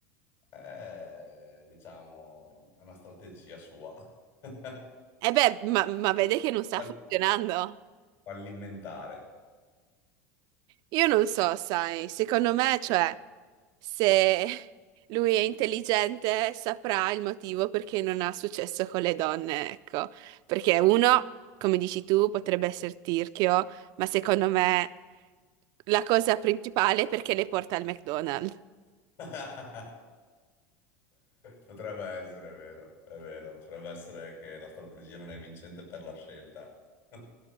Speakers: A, on the left; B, on the right.
A: eh, diciamo, è una strategia sua, <laughs>
B: E beh, ma, ma vede che non sta
A: Fall-
B: funzionando.
A: fallimentare.
B: Io non so, sai, secondo me, cioè, se <laughs> lui è intelligente saprà il motivo perché non ha successo con le donne, ecco. Perché uno, come dici tu, potrebbe essere tirchio, ma secondo me la cosa principale è perché le porta al McDonald's.
A: <laughs> Potrebbe essere, è vero, è vero, potrebbe essere che la strategia non è vincente per la scelta. <laughs>